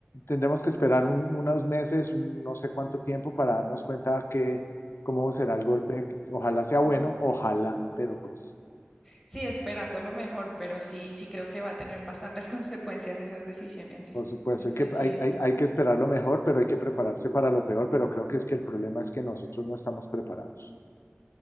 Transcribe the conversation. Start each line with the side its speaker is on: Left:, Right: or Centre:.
Left: tendremos que esperar un- unos meses, un no sé cuánto tiempo para darnos cuenta que cómo será el golpe. Ojalá sea
Centre: cu-
Left: bueno, ojalá, pero pues,
Centre: sí, esperando lo mejor, pero sí, sí creo que va a tener bastantes <laughs> consecuencias esas decisiones
Left: por supuesto,
Centre: del presidente.
Left: hay que, hay, hay, hay que esperar lo mejor, pero hay que prepararse para lo peor, pero creo que es que el problema es que nosotros no estamos preparados.